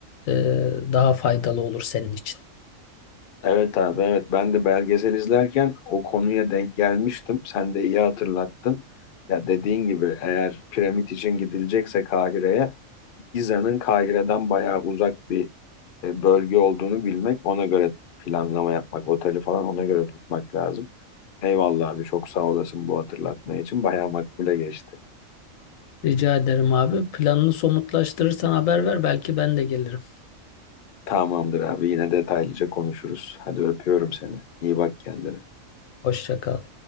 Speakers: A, on the left; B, on the left.
A: e, daha faydalı olur senin için.
B: Evet abi evet ben de belgesel izlerken o konuya denk gelmiştim. Sen de iyi hatırlattın. Ya dediğin gibi eğer piramit için gidilecekse Kahire'ye Giza'nın Kahire'den bayağı uzak bir e, bölge olduğunu bilmek ona göre planlama yapmak oteli falan ona göre tutmak lazım. Eyvallah abi çok sağ olasın bu hatırlatma için bayağı makbule geçti.
A: Rica ederim abi. Planını somutlaştırırsan haber ver belki ben de gelirim.
B: Tamamdır abi yine detaylıca konuşuruz. Hadi öpüyorum seni. İyi bak kendine.
A: Hoşça kal.